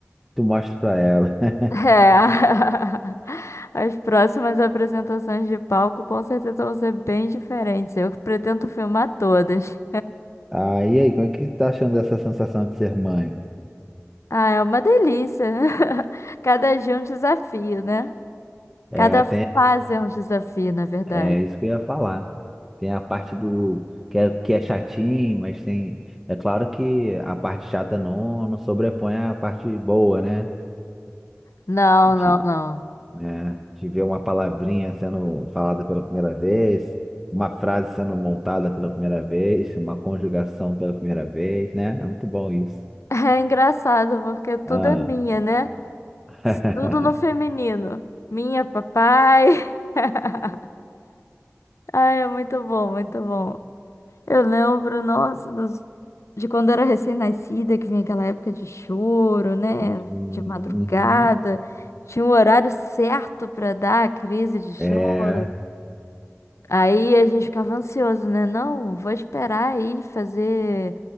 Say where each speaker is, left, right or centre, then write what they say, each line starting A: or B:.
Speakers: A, in the centre; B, on the left.
A: tu mostra pra ela. <laughs>
B: É. <laughs> As próximas apresentações de palco com certeza vão ser bem diferentes. Eu pretendo filmar todas.
A: Ah, e aí, como é que tá achando dessa sensação de ser mãe?
B: Ah, é uma delícia. <laughs> Cada dia é um desafio, né?
A: É,
B: Cada
A: tem
B: fase é um desafio, na verdade.
A: É isso que eu ia falar. Tem a parte do que é, que é chatinho, mas tem. É claro que a parte chata não, não sobrepõe a parte boa, né?
B: Não,
A: De,
B: não, não.
A: né, de ver uma palavrinha sendo falada pela primeira vez, uma frase sendo montada pela primeira vez, uma conjugação pela primeira vez, né? É muito bom isso.
B: É engraçado porque tudo
A: Ah.
B: é minha, né?
A: <laughs>
B: Tudo no feminino. Minha, papai. <laughs> Ai, é muito bom, muito bom. Eu lembro, nossa, De quando era recém-nascida, que vinha aquela época de choro, né?
A: Uhum.
B: De madrugada. Tinha um horário certo pra dar a crise de choro.
A: É.
B: Aí a gente ficava ansioso, né? Não, vou esperar aí fazer